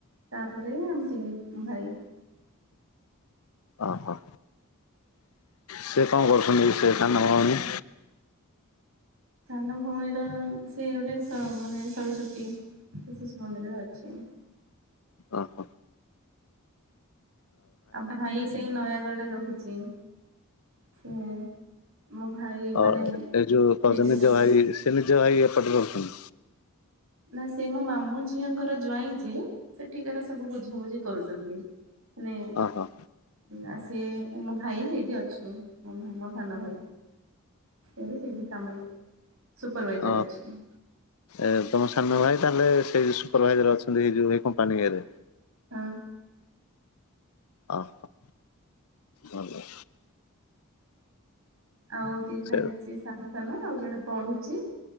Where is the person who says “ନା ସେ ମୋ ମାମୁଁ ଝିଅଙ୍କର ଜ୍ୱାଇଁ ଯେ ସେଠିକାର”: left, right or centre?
Right